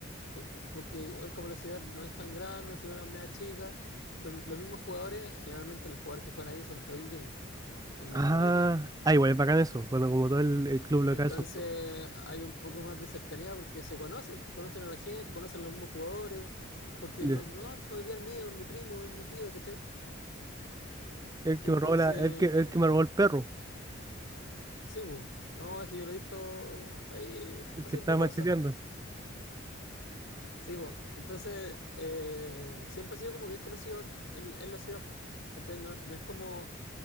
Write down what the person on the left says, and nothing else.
po- porque igual como la ciudad no es tan grande, la ciudad no es media chica, lo- los mismos jugadores, generalmente los jugadores que juegan ahí son todos iquiqueños, en
su mayoría.
Entonces
hay un poco más de cercanía porque se conocen, pues conocen a la gente, conocen a los mismos jugadores, porque
no, no es familiar mío, es mi primo, es mi tío, ¿cachai?
Entonces,
sí, pues, no, eso yo lo he visto ahí
haciendo
cosas,
sí, pues. Entonces, eh, siempre ha sido como bien conocido en, en la ciudad, pues. ¿cachai? No, no es como,